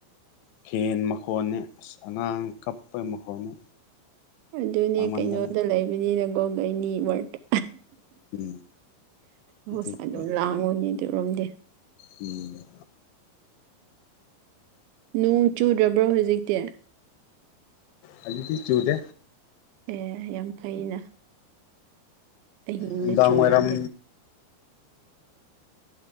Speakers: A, on the left (about 85°); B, on the right (about 80°).
A: ꯐꯦꯟ ꯃ ꯈꯣꯟꯅꯦ ꯑꯁ ꯑꯉꯥꯡ ꯀꯞꯄꯩ ꯃꯈꯣꯟꯅꯦ
B: ꯑꯗꯨꯅꯦ
A: ꯂꯥꯡꯃꯟꯗꯅ
B: ꯀꯩꯅꯣꯗ ꯂꯩꯕꯅꯤꯅ ꯒꯣꯔꯃꯦꯟꯒꯤ ꯋꯥꯔꯇ
A: ꯎꯝ
B: ꯑꯣꯏꯁ
A: ꯑꯗꯨꯒꯤ
B: ꯑꯗꯨꯝ ꯂꯥꯡꯉꯨꯅꯦ ꯑꯗꯨꯔꯣꯝꯗꯤ
A: ꯎꯝ
B: ꯅꯣꯡ ꯆꯨꯗ꯭ꯔꯕ꯭ꯔꯣ ꯍꯧꯖꯤꯛꯇꯤ
A: ꯍꯧꯖꯤꯛꯇꯤ ꯆꯨꯗꯦ
B: ꯑꯦ ꯌꯥꯝ ꯐꯩꯅ ꯑꯍꯤꯡꯗ
A: ꯅꯨꯡꯗꯥꯡ
B: ꯆꯨꯔꯗꯤ
A: ꯋꯥꯏꯔꯝ